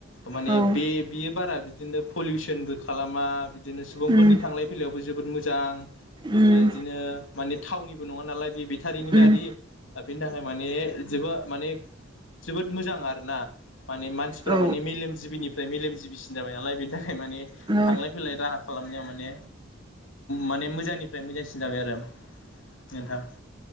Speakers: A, on the left (about 80°); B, on the right (about 25°).
A: माने
B: ओ औ
A: बे बियो बारा बिदिनो पलिउसनबो खालामा। बिदिनो सुबुंफोरनि
B: उम
A: थांलाय फैलायावबो जोबोद मोजां। ओ
B: उम
A: इदिनो माने थावनिबो नङा नालाय बे बेथारिनि
B: उम
A: गारि बेनि थाखाय माने जोबा माने जोबोद मोजां आरो ना। माने मानसिफोरा
B: औ
A: माने मेलेम जिबिनि फ्राय मेलेमजिबिसिन जाबाय नालाय बेनि थाखाय माने
B: औ
A: थांलाय फैलाय राहा खालामनायाव माने माने मोजांनिफ्राय मोजांसिन जाबाय आरो नोंथां।